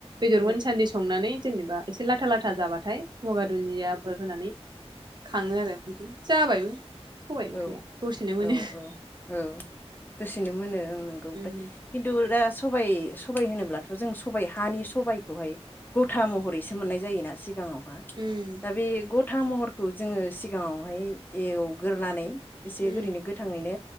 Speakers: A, on the right; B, on the left.
A: बेदर मोनसान्दि संनानै जेनेबा एसे लाथा-लाथा जाबाथाय ब'गा दुन्दियाफोर <inaudible> खांङो आरो जाबायबो सबाइ ओंख्रिया
B: औ-औ-औ-औ
A: दसेनो मोनो
B: दसेनो मोनो ओं नंगौ ओमफ्राय
A: उम
B: किनतु <unintelligible> सबाइ सबाइ होनोब्लाथ' जों सबाइ हानि सबाइखौहाय गथा महरैसो मोननाय जायोना सिगाङाव मा
A: उम
B: दा बे ग' था महरखौ जोंङो सिगाङावहाय एव ग्रोनानै एसे
A: उम
B: ओरैनो गोथाङैनो